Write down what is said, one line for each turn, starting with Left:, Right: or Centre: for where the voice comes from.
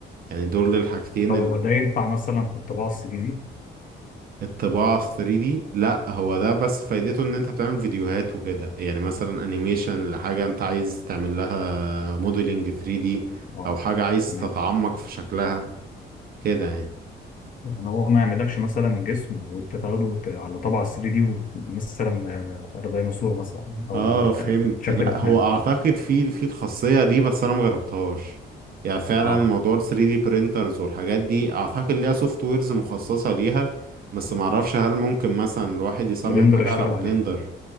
Right: يعني دول الحاجتين
Left: طب هو ده ينفع مثلا في الطباعه 3 دي؟
Right: الطباعة ال 3D لا هو ده بس فايدته ان انت بتعمل فيديوهات وكده يعني مثلا انيميشن لحاجة انت عايز تعمل لها موديلنج 3D
Left: اه
Right: او حاجة عايز
Left: تمام
Right: تتعمق في شكلها كده يعني
Left: يعني هو ما يعملكش مثلا جسم وانت تاخده وت- على طبعه 3 دي وت- مثلا آه، ديناصور مثلا او
Right: اه
Left: بت...
Right: فهمت
Left: شكل
Right: لا
Left: باتمان
Right: هو اعتقد في في الخاصية دي بس انا مجربتهاش يعني فعلا
Left: اه
Right: موضوع ال 3D printers والحاجات دي اعتقد ليها سوفت ويرز مخصصة ليها بس معرفش هل ممكن مثلا الواحد يصمم
Left: بلندر
Right: حاجة
Left: يشتغل
Right: على بلندر
Left: عليها